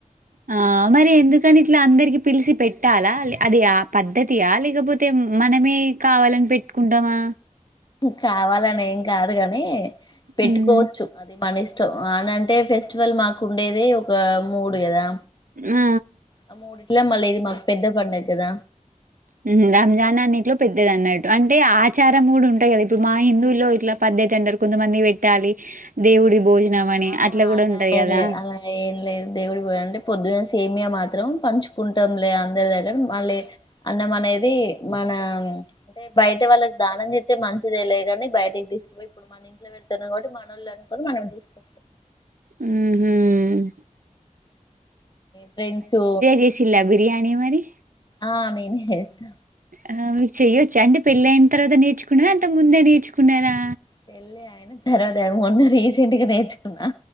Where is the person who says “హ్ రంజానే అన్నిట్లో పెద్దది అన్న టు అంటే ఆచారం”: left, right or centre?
Right